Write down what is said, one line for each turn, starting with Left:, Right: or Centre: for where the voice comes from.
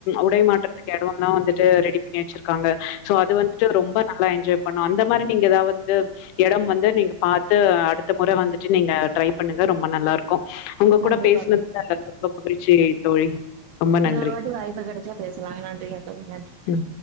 Left: உடை மாற்றதுக்கு எடோல்லா வந்துட்டு ரெடி பண்ணி வச்சிருக்காங்க சோ அது வந்துட்டு ரொம்ப நல்லா என்ஜாய் பண்ண பன்னோ அந்த மாரி நீங்கதா வந்து எடம் வந்து நீங்க பாத்து அடுத்த முறை வந்துட்டு நீங்க ட்ரை பண்ணுங்க ரொம்ப நல்லா இருக்கோ க்கும் உங்க
Right: கண்டிப்பா
Left: கூட பேசுனதுல எனக்கு ரொம்ப மகிழ்ச்சி தோழி ரொம்ப நன்றி.
Right: இன்னோறு வாட்டி வாய்ப்பு கெடைச்சா பேசலாங்க நன்றிங்க தோழி நன்றி
Left: ம்.